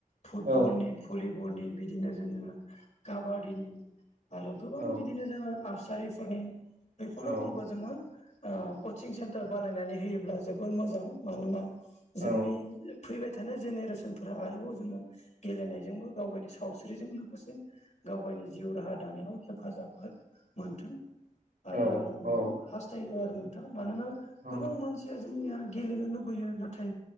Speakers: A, on the left (about 55°); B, on the right (about 85°).
A: फुटबलनि
B: औ
A: भलिबलनि बिदिनो जोङो काबादिनि आरो गोबां
B: औ
A: बिदिनो जोङो आर्सारिफोरनि बेफोर
B: औ
A: रोखोमखौ जोङो ओ कचिं सेन्टार बानायनानै होयोब्ला जोबोर मोजां मानोना
B: औ
A: जोंनि फैबाय थानाय जेनेरेसनफोरा आरोबाव जोङो गेलेनायजोंबो गाव गायनि सावस्रिजों लोगोसे गाव गायनि जिउ राहा दानायाव हेफाजाब हो-मोनथों
B: औ
A: आरो आं
B: औ
A: बेखौ हास्थायो आरो मानोना
B: औ
A: गोबां मानसिया जोंनिया गेलेनो लुुबैयो नाथाय